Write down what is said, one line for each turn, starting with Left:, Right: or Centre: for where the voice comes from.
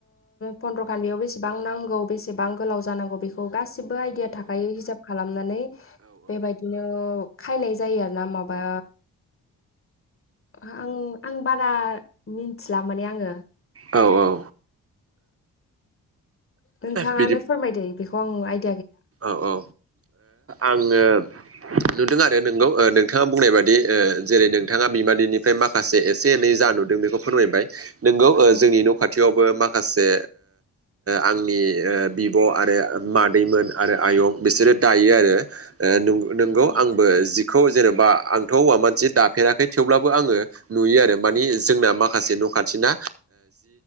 Left: फन्द्र'खान बेयाव बेसेबां नांगौ बेसेबां गोलाव जानांगौ बे खौ गासिबो आइडिया थाखायो हिसाब खालामनानै बेबायदिनो खायनाय जायो आरोना माबा आं आं बारा मिन्थिला माने आङो
Right: औ औ
Left: नोंथाङानो
Right: बिदि
Left: फोरमायदों बिदिखौ आं आइ
Right: औ औ आङो नुदों आरो नोंगौ नोंथाङा बुंनाय बादि जेरै नोंथाङा बिमादैनिफ्राय माखासे एसे एनै जा नुदों बेखिनिखौ फोरमायबाय नंगौ
Left: उम
Right: जोंनि न' खाथियाव बो माखासे आंनि बिब' आरो मादैमोन आरो आयं बिसोरो दायो आरो नंगौ
Left: उम
Right: आंबो जि खौ जेनेबा आंथ' हौवा मानसि दाफेराखै थेवब्लाबो आङो नुयो आरो माने जोंना माखासे न' खाथिना